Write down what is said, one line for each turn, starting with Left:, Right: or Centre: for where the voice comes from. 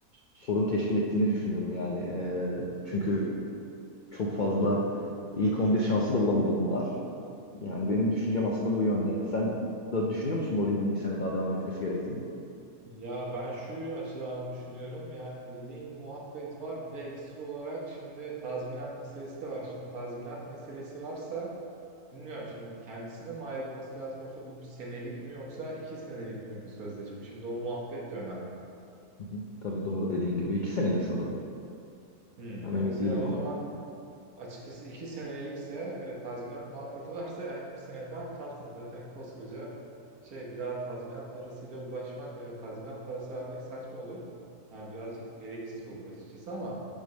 Left: sorun teşkil ettiğini düşünüyorum yani. E, çünkü çok fazla ilk 11 şansı da bulamadı bunlar. Yani benim düşüncem aslında bu yönde. Sen da düşünüyor musun Mourinho'nun bir sene daha devam etmesi gerektiğini?
Right: Ya ben şu açıdan düşünüyorum. Yani dediğin muhabbet var. Bir de ekstra olarak şimdi tazminat meselesi de var. Şimdi tazminat meselesi varsa bilmiyorum şimdi kendisine mi ayrılması lazım yoksa bu bir senelik mi yoksa iki senelik mi bir sözleşme? Şimdi o muhabbet de önemli.
Left: Hı hı. Tabii doğru dediğin gibi. iki senelik sanırım.
Right: Hmm,
Left: Tam
Right: ya
Left: emin
Right: mesela
Left: değilim
Right: o
Left: ama.
Right: zaman açıkçası iki senelikse e, tazminat muhabbeti varsa yani bir sene daha kalsın. Zaten koskoca şey bir daha tazminat parasıyla uğraşmak veya tazminat parası vermek saçma olur. Yani birazcık gereksiz olur açıkçası ama